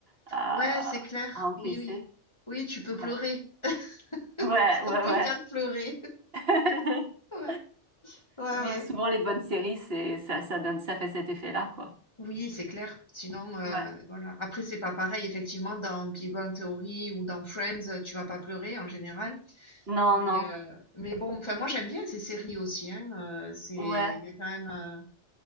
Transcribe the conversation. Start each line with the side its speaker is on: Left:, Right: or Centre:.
Right: à,
Left: Ouais, c'est clair.
Right: à encaisser.
Left: Oui, oui. Oui, tu peux
Right: Ouais,
Left: pleurer. <laughs>
Right: ouais,
Left: Ça
Right: ouais,
Left: peut
Right: ouais.
Left: faire pleurer. <laughs>
Right: <laughs>
Left: Ouais, ouais,
Right: Mais
Left: ouais.
Right: souvent les bonnes séries, c'est ça, ça donne, ça fait cet effet-là, quoi.
Left: Oui, c'est clair. Sinon, heu,
Right: Ouais.
Left: voilà. Après, c'est pas pareil, effectivement, dans Big Bang Theory ou dans Friends, heu, tu vas pas pleurer en général.
Right: Non,
Left: Mais,
Right: non.
Left: heu, mais bon, enfin, moi, j'aime bien ces séries aussi, hein, heu, c'est
Right: Ouais.
Left: il y a quand même, heu,